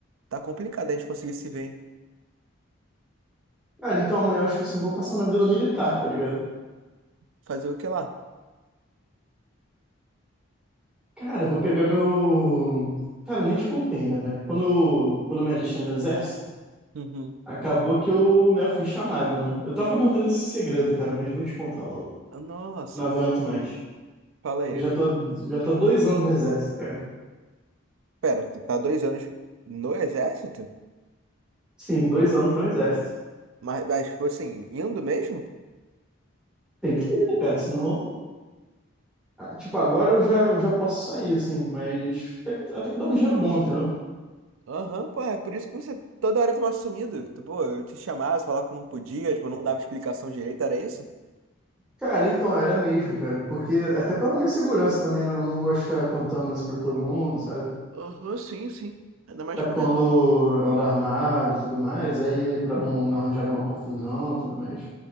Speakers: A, on the right; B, in the centre.
A: Tá complicado a gente conseguir se ver, hein?
B: Cara, então amanhã eu acho que eu só vou passar na Vila Militar, tá ligado?
A: Fazer o que lá?
B: Cara, eu vou pegar meu. Cara, eu nem te contei, né, velho? Quando eu, quando eu me alistei no exército,
A: Uhum.
B: acabou que eu, né, fui chamado, né? Eu tava mantendo esse segredo, cara, mas vou te contar logo.
A: Nossa,
B: Não aguento mais.
A: fala aí.
B: Eu já tô, já tô há dois anos no exército, cara.
A: Pera, tu tá dois anos no exército?
B: Sim, dois anos no exército.
A: Mas, mas, tipo assim, indo mesmo?
B: Tem que ir, né, cara? Senão. ah, Tipo, agora eu já, eu já posso sair, assim, mas até, que- até que dá um dinheiro bom, entendeu?
A: Aham, pô, é por isso que você toda hora tava sumido. Tu, pô, eu te chamava, você falava que não podia, tipo, eu não dava explicação direito, era isso?
B: Cara, então era mesmo, cara, porque até pela minha segurança também, né, eu não gosto de ficar contando isso pra todo mundo, sabe?
A: Aham, sim, sim. Ainda mais
B: Até
A: pra.
B: porque eu ando, eu ando armado, tudo mais, aí pra não, não arranjar nenhuma confusão, tudo mais.